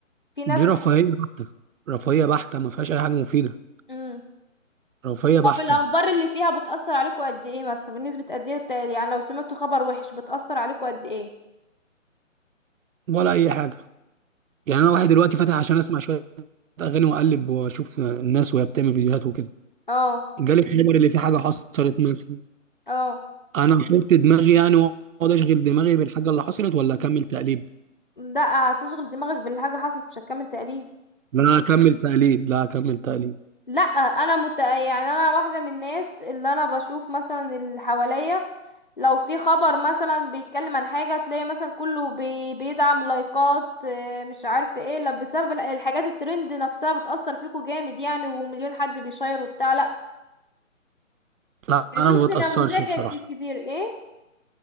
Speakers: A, on the left; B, on the right.
A: في ناس
B: دي رفاهية بحتة رفاهية بحتة ما فيهاش اي حاجة مفيدة
A: است...
B: رفاهية بحتة
A: طب الأخبار اللي فيها بتأثر عليكم قد ايه مثلا بنسبة قد ايه الت- يعني لو سمعتوا خبر وحش بتأثر عليكم قد ايه
B: ولا اي حاجة يعني انا واحد دلوقتي فاتح عشان اسمع شوية اغاني واقلب واشوف الناس وهي بتعمل فيديوهات وكده
A: اه
B: جالي خبر اللي فيه حاجة حصلت مثلا
A: اه
B: انا فهمت دماغي يعني واقعد اشغل دماغي بالحاجه اللي حصلت ولا اكمل تقليب
A: لا هتشغل دماغك بالحاجة حصلت مش هتكمل تقليل
B: لا اكمل تقليب لا اكمل تقليب
A: لا انا مت... يعني انا واحدة من الناس اللي انا بشوف مثلا اللي حواليا لو في خبر مثلا بيتكلم عن حاجة تلاقي مثلا كله بي... بيدعم لايكات آه، مش عارف ايه لا بسبب ال- الحاجات الترند نفسها بتأثر فيكم جامد يعني ومليون حد بيشير وبتاع لا
B: لا
A: يعني
B: انا
A: شفت
B: ما بتاثرش
A: نموذج
B: بصراحه
A: كتير ايه